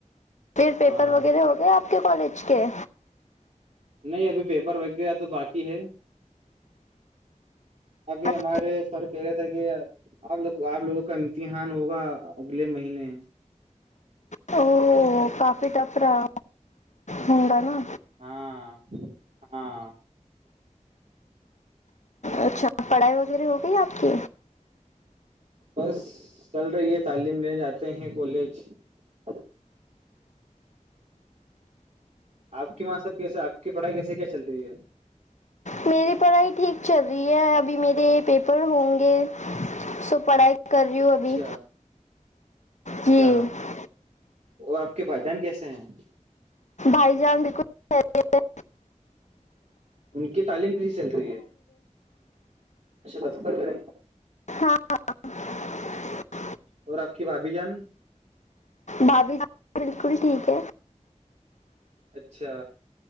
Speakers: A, on the left; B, on the right.
A: پھر پیپر
B: ہاں
A: وغیرہ ہو گئے آپ کالج کے
B: نہیں ابھی پیپر وغیرہ تو باقی ہے ابھی
A: اچھا
B: ہمارے سر کہہ رہے تھے کہ آپ لوگ آپ لوگوں کا امتحان ہوگا اگلے مہینے
A: اور کافی ٹف رہ ہوںگ نا
B: ہاں ہاں
A: اچھا پڑھائی وغیرہ ہو گئی آپ کی
B: بس چل رہی ہے تعلیم لینے جاتے ہیں کالج <inaudible> آپ کی ماں سب کیسے آپ کی پڑھائی کیسے کیا چل رہی ہے
A: میری پڑھائی ٹھیک چل رہی ہے ابھی میرے پیپر ہوں گے سو پڑھائی کر رہی ہوں
B: اچھا
A: ابھی
B: اچھا
A: جی
B: اور آپ کے بھائی جان کیسے ہیں
A: ہائی جان دو <unintelligible>
B: ان کی تعلیم کسی چل رہی ہے اچھا دفترے
A: ہھاں <unintelligible>
B: اور آپ کی بھاابھی جان
A: بابی ج بالکل ٹھیک ہے
B: اچھا